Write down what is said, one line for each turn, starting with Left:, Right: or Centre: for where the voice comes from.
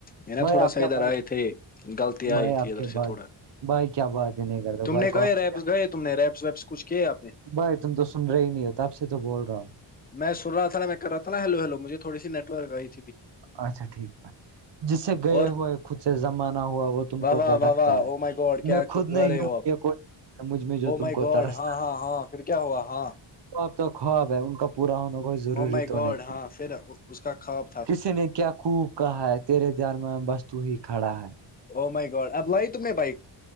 Left: ہے نا
Right: بھائی
Left: تھوڑا
Right: آپ
Left: سا
Right: کا
Left: ادھر
Right: بات
Left: آئے تھے غلط
Right: بھائی
Left: آئی
Right: آپ
Left: تھی ادھر
Right: کیا
Left: سے
Right: بات
Left: تھوڑا
Right: بھائی کیا بات ہی نہیں کرتا
Left: تم
Right: بھائی
Left: نے کہئے
Right: کال
Left: ریپس گئے تم نے ریپس ویپس کچھ کہ آ نے
Right: بھائی تم تو سن رہے ہی نہیں ہو آپ سے تو بول رہا ہوں
Left: میں سنا تھا نا میں کر رہا تھا ن ہیلو ہیلو مھے تھوڑی ورک آئیھی
Right: اچھا ٹھیک ہے جس سے گئے
Left: اور
Right: ہوئے خود سے زمانہ ہوا وہ تم
Left: واہ
Right: کو
Left: واہ
Right: بھٹکتا
Left: واہ واہ او
Right: ہے
Left: مائی گاڈ کیا
Right: میں
Left: کر
Right: خود نہیں
Left: رہے
Right: ہوں
Left: ہو آپ
Right: یہ کوئی سمجھ میں جو
Left: او
Right: تم
Left: مائی
Right: کو
Left: گاڈ
Right: ترستا
Left: ہاں ہاں ہاں پھر کیا ہوا ہاں
Right: تو اب تو خواب ہے ان کا پورا ہونا کو ضروری
Left: او مائی
Right: تو
Left: گاڈ
Right: نہیں ہے
Left: ہاں پھر اس کا کواب
Right: کسی نے کیا خوب کہا ہے تیرے دھر میں بستو ہی کھڑا ہے
Left: او مائی گوڈ اب لاہ ت بائک